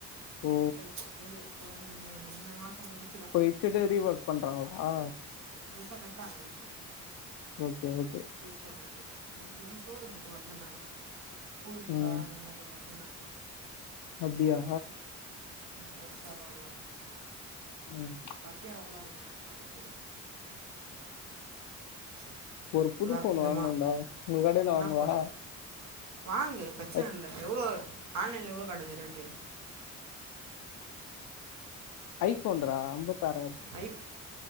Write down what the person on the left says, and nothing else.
ஓ
இப்போ இடிச்சிட்டு ரீ ஒர்க் பண்றாங்களா
ஓகே ஓகே
ம்
அப்டியா
ம்
ஒரு புது
ஃபோன்
வாங்கணுண்டா உங்க கடையில
வாங்குவா
ஐ
ஐஃபோன்ரா அம்பத்தாராயி